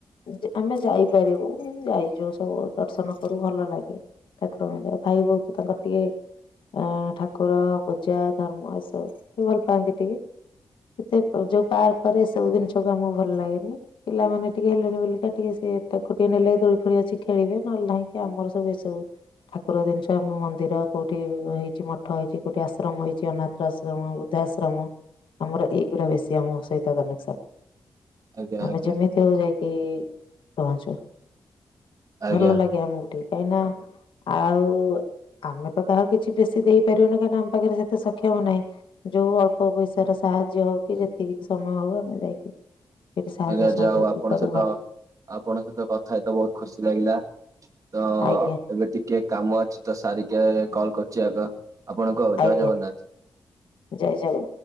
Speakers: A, on the left; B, on the right.
A: ଯା ଆମେ ଯାଇପା ରିବୁ ଯାଇଚୁ ସବୁ ଦର୍ଶନ କରୁ ଭଲ ଲାଗେ ଠାକୁରଙ୍କୁ ଭାଇ ବୋହୁତ ତାଙ୍କର ପିଏ ଅ ଠାକୁର ପୂଜା ଧର୍ମ ଏସବୁ ସେ ଭଲ ପାଆନ୍ତି ଟିକେ। ଏତେ କୋଉ ଯୋଉ ପାର୍କ ରେ ସବୁ ଜିନିଷକୁ ଆମକୁ ଭଲ ଲାଗେନି ପିଲାମାନେ ଟିକେ ହେଲେନି ବୋଲିକା ଟିକେ ସିଏ ତାକୁ ଟିକଏ ନେଲେ ଦୋଳି ଫୋଳି ଅଛି ଖେଳିବେ ନହେଲେ ନାହିଁକି ଆମର ସବୁ ଏସବୁ ଠାକୁର ଜିନିଷ ଆମ ମନ୍ଦିର କୋଉଠି ହେଇଚି ମଠ ହେଇଚି କୋଉଠି ଆଶ୍ରମ ହେଇଚି ଅନାଥ୍ରର ଆଶ୍ରମ ବୃଦ୍ଧା ଆଶ୍ରମ ଆମର ଏଇଗୁରା ବେଶୀ ଆମ ସହିତ କନେକ୍ସନ।
B: ଆଜ୍ଞା ଆଜ୍ଞା
A: ଆମେ ଯେମିତି ହୋଉ ଯାଇକି ପହଁଞ୍ଚ।
B: ଆଜ୍ଞା।
A: ଭଲ ଲାଗେ ଆମକୁ ଟିକେ। କାହିଁକି ନା ଆଉ ଆମେ ତ କାହାକୁ କିଛି ବେଶୀ ଦେଇପାରିବୁନି। କହିଁକିନା ଆମ ପାଖରେ ସେତେ ସକ୍ଷମ ନାହିଁ। ଯୋଉ ଅଳ୍ପ ପଇ ସାର ସାହାଯ୍ୟ ହଉ କି ଯେତିକି ସମୟ ହଉ ଆମେ ଯାଇକି ସେଠି ସାହାଯ୍ୟ
B: ହେଲେ
A: ସହଯୋଗ
B: ଯାହଉ ଆପଣଙ୍କ
A: କରୁ
B: ସହିତ
A: ଭଲ
B: ଆପଣଙ୍କ ସହିତ କଥା ହେଇତ ବହୁତ ଖୁସି ଲାଗିଲା। ତ
A: ଆଜ୍ଞା
B: ଏବେ ଟିକେ କାମ ଅଛି। ତ ସାରିକି କଲ କରୁଛି ଆଗ। ଆପଣ କହୁ
A: ଆଜ୍ଞା
B: ଜୟ ଜଗନ୍ନାଥ୍।
A: ଜୟ ଜଗନ୍ନାଥ।